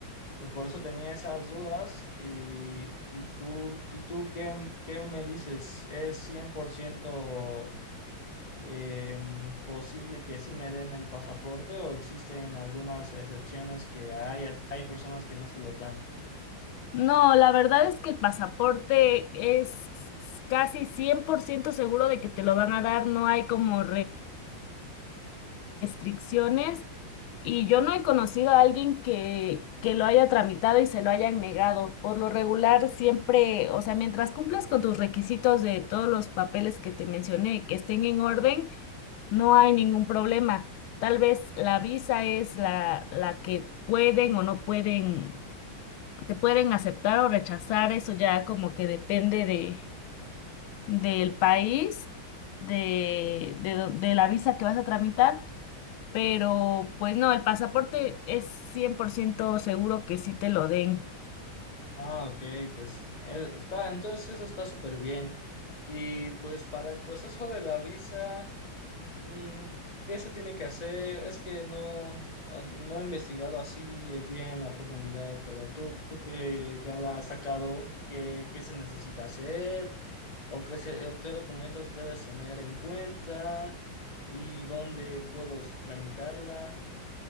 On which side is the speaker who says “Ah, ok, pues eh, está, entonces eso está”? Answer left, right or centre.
Left